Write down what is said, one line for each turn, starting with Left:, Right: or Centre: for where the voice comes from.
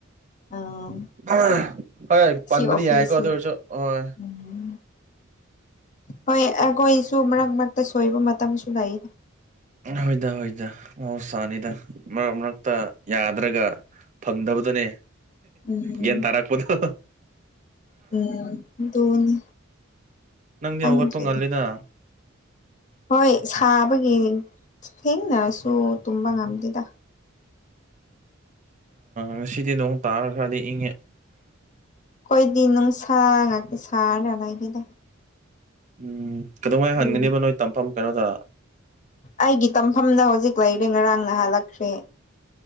Left: ꯑꯥ
Right: ꯑꯍ ꯍꯣꯏ
Left: ꯁꯤ
Right: ꯄꯟꯕꯗꯤ
Left: ꯑꯣꯐꯤꯁꯁꯦ
Right: ꯌꯥꯏꯀꯣ ꯑꯗꯨ ꯑꯣꯏꯔꯁꯨ ꯍꯣꯏ
Left: ꯎꯝ ꯍꯣꯏ ꯑꯩꯈꯣꯏꯁꯨ ꯃꯔꯛ ꯃꯔꯛꯇ ꯁꯣꯏꯕ ꯃꯇꯝꯁꯨ ꯂꯩ
Right: ꯍꯣꯏꯗ ꯍꯣꯏꯗ ꯃꯍꯧꯁꯥꯅꯤꯗ ꯃꯔꯛ ꯃꯔꯛꯇ ꯌꯥꯗ꯭ꯔꯒ ꯐꯪꯗꯕꯗꯨꯅꯦ
Left: ꯎꯝ
Right: ꯒ꯭ꯌꯥꯟ ꯇꯥꯔꯛꯄꯗꯣ
Left: ꯎꯝ ꯑꯗꯨꯅꯤ
Right: ꯅꯪꯗꯤ
Left: ꯈꯪꯗ꯭ꯔꯦ
Right: ꯍꯧꯒꯠꯄ ꯉꯜꯂꯤꯗ
Left: ꯍꯣꯏ ꯁꯥꯕꯒꯤ ꯊꯦꯡꯅꯁꯨ ꯇꯨꯝꯕ ꯉꯝꯗꯦꯗꯥ
Right: ꯉꯁꯤꯗꯤ ꯅꯣꯡ ꯇꯥꯔ ꯈꯔꯗꯤ ꯏꯪꯉꯦ
Left: ꯑꯩꯈꯣꯏꯗꯤ ꯅꯨꯡꯁꯥ ꯉꯥꯛꯇ ꯁꯥꯔꯒ ꯂꯩꯇꯦꯗ
Right: ꯎꯝ ꯀꯗꯧꯉꯩ
Left: ꯑꯗꯨꯅ
Right: ꯍꯟꯒꯅꯤꯕ ꯅꯣꯏ ꯇꯝꯐꯝ ꯀꯩꯅꯣꯗ
Left: ꯑꯩꯒꯤ ꯇꯝꯐꯝꯗ ꯍꯧꯖꯤꯛ ꯂꯩꯔꯦ ꯉꯔꯥꯡꯅ ꯍꯜꯂꯛꯈ꯭ꯔꯦ